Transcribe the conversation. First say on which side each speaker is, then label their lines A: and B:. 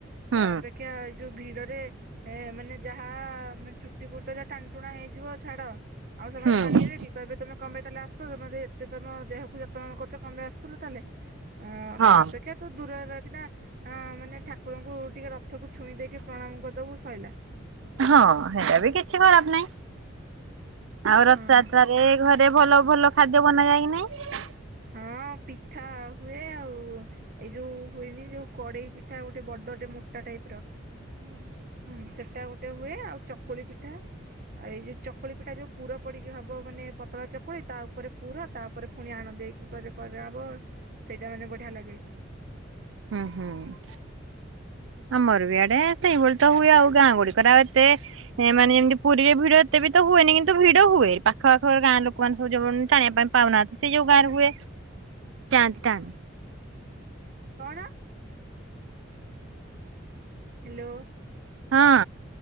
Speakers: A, on the right; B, on the right.
A: ହୁଁ
B: ତା ଅପେକ୍ଷା ଏ ଯୋଉ ଭିଡରେ ଏ ମାନେ ଯାହା ମ ଚୁଟି ପୁଟ ଯାହା ଟାଣିଟୁଣା ହେଇଯିବ ଛାଡ। ଆଉ ସେମାନେ
A: ହୁଁ।
B: ମାନିବେ କି କହିବେ ତମେ କଁପାଇଁ ତାହେଲେ ଆୁସୁଥିଲ ତମେ ଏତେ ତମ ଦେହକୁ ଯତ୍ନ କରୁଛ କମ୍ପେଇ ଆସୁଥିଲ ତାହେଲେ। ଅ
A: ହଁ
B: ତା ଅପେକ୍ଷା ତ ଦୂର କି ନା ହଁ ମାନେ ଠାକୁରଙ୍କୁ ଟିକେ ରଥକୁ ଛୁଇଁ ଦେଇକି ପ୍ରଣାମ କରିଦବୁ ସଇଲାା।
A: ହଁ ସେଇଟା ବି କିଛି ଖରାପ ନାହିଁ। ଆଉ ରଥଯାତ୍ରାରେ
B: ହଁ।
A: ଘରେ ଭଲ ଭଲ ଖାଦ୍ୟ ବନା ଯା କି ନାଇଁ?
B: ହଁ ପିଠା ହୁଏ ଆଉ ଏଇ ଯୋଉ ହୁଏନି ଯୋଉ କଡେଇ ପିଠା ଗୋଟେ ବଡ ଗୋଟେ ମୋଟା ଟାଇପର। ହୁଁ ସେଟା ଗୋଟେ ହୁଏ ଆଉ ଚକୁଳି ପିଠା ପିଠା ଆଉ ଏଇ ଯୋଉ ଚକୁଳି ପିଠା ଯୋଉ ପୁର ପଡିକି ହବ ମାନେ ପତଳା ଚକୁଳି ତା ଉପରେ ପୁର ତା ଉପରେ ପୁଣି ଆଣ ଦେଇକି କରାହବ ସେଇଟା ମାନେ ବଢ଼ିଆ ଲାଗେ।
A: ହମ୍ଁ ହୁଁ ଆମର ବି ଆଡେ ସେଇଭଳି ତ ହୁଏ ଆଉ ଗାଁ ଗୁଡିକରେ ମାନେ ଯେମିତି ପୁରୀରେ ଭିଡ ଏତେ ବି ତ ହୁଏନି କିନ୍ତୁ ଭିଡ ହୁଏ ପାଖ ଘର ଗାଁ ଲୋକାମାନେ ସବୁ ଯୋଉମାନେ ଟାଣିବା ପାଇଁ ପାଉନାହାନ୍ତି ସେ ଯଉ ଗାଁରେ ହୁଏ। ଯାଆନ୍ତି
B: ରଖୁଛିୁ
A: ଟାଣି
B: ନା ଦେଖିବୁ ଏଇନା। କଣ? ହ୍ୟାଲୋ।
A: ହଁ।